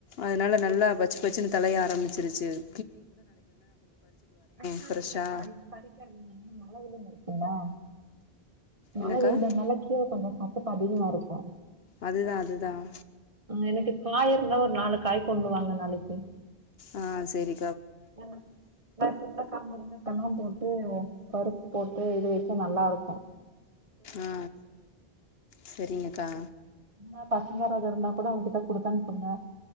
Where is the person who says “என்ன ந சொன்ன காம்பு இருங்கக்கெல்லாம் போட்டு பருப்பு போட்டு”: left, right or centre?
Right